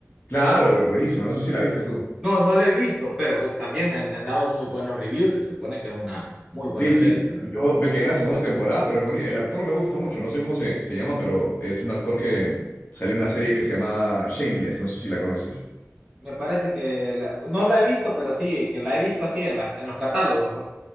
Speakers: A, on the left; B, on the right.
A: Claro, buenísima, no sé si la viste tú.
B: No, no lo he visto, pero también me han, me han dado muy buenos reviews. Se supone que es una muy buena
A: Sí,
B: serie
A: sí,
B: también.
A: yo me quedé en la segunda temporada, pero es bonito. El actor me gusta mucho, no sé cómo se, se llama, pero es un actor que salió en una serie que se llama Shameless, no sé si la conoces.
B: Me parece que la- no la he visto, pero sí, que la he visto así en, la- en los catálogos, pues.